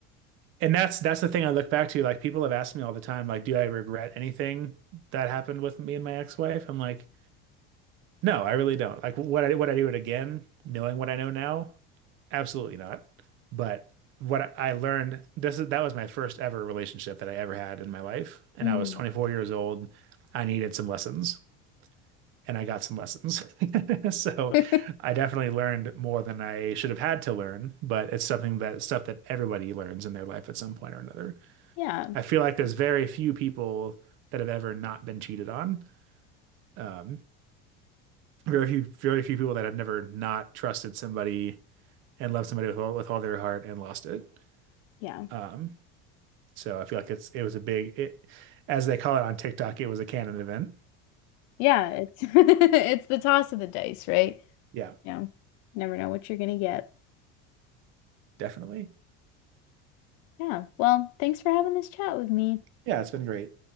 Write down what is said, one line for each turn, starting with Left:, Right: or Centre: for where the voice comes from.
Right: And that's that's the thing I look back to. Like people have asked me all the time, like, do I regret anything that happened with me and my ex-wife? I'm like, no, I really don't. Like would I would I do it again, knowing what I know now? absolutely not. But what I learned this is that was my first ever relationship that I ever had in my life, and
Left: Mm.
Right: I was 24 years old. I needed some lessons, and I got some lessons. <laughs> So
Left: <laughs>
Right: I definitely learned more than I should have had to learn, but it's something that stuff that everybody learns in their life at some point or another.
Left: Yeah,
Right: I feel like there's very few people that have ever not been cheated on. Um, very few, very few people that have never not trusted somebody and loved somebody with all, with all their heart and lost it.
Left: yeah,
Right: Um, So I feel like it's it was a big it as they call it on TikTok, it was a canon event.
Left: yeah. It's <laughs> it's the toss of the dice, right?
Right: Yeah,
Left: You know, never know what you're gonna get.
Right: definitely.
Left: Yeah. Well, thanks for having this chat with me.
Right: Yeah, it's been great.